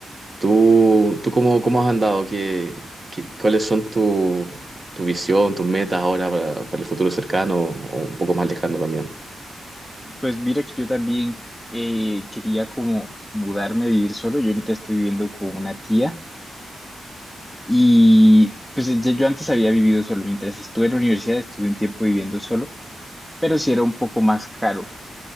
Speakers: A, on the right; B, in the centre.
A: ¿Tú, tú cómo, cómo has andado? ¿Qué, qué- cuáles son tu, tu visión, tus metas ahora para, para el futuro cercano o un poco más lejano también?
B: Pues mira que yo también eh, quería como mudarme a vivir solo. Yo ahorita estoy viviendo con una tía y pues eh, ya- yo antes había vivido solo. Mientras estuve en la universidad estuve un tiempo viviendo solo, pero sí era un poco más caro.